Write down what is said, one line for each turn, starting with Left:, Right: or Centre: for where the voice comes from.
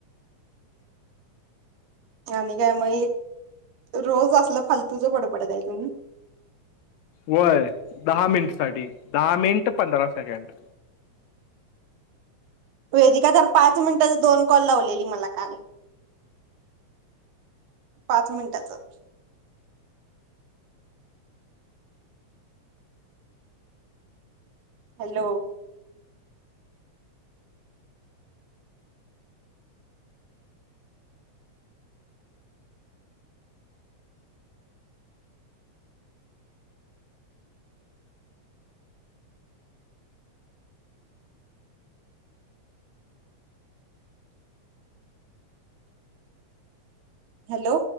Right: आणि काय माहित रोज असलं फलतूझ बडबडत च आहे तुम्ही.
Left: होय दहा मिंट साठी, दहा मिंट पंधरा सेकंड.
Right: वेदीका तर पाच मिनिटात दोन कॉल लावलेली मला काल. पाच मिनिटाच. Hello hello